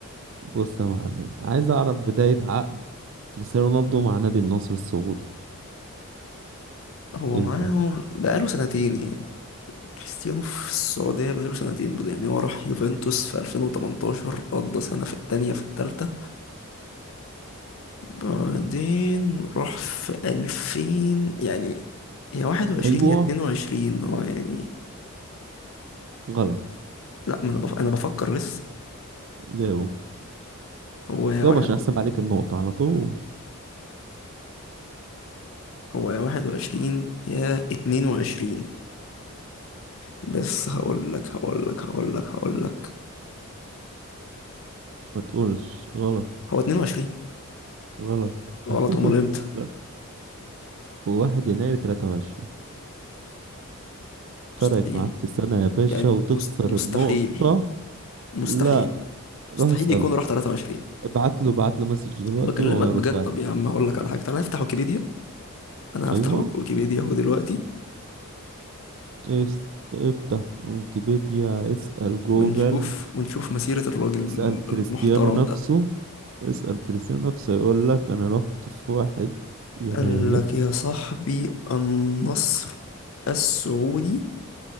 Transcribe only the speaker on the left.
هو
معاهم بقاله سنتين يعني كريستيانو في السعودية بقاله سنتين بل- يعني هو راح يوفنتوس في 2018 قضى سنة في التانية في التالتة بعدين راح في 2000 يعني يا 21
يا 22 هو يعني
لا ما انا بف... انا بفكر لسه
هو يا
واحد
هو يا واحد وعشرين يا اتنين وعشرين بس هقول لك هقول لك هقول لك هقول لك
هو اتنين وعشرين
غلط امال امتى
مستحيل
يعني
مست... مستحيل
مستحيل
مستحيل
يكون راح 23
بكلمك
بجد
طب يا عم هقول لك على حاجه تعالى نفتح ويكيبيديا انا هفتح
ويك- ويكيبيديا اهو دلوقتي
ونشوف ونشوف مسيره الراجل
المحترم
ده
قال لك يا صاحبي النصر السعودي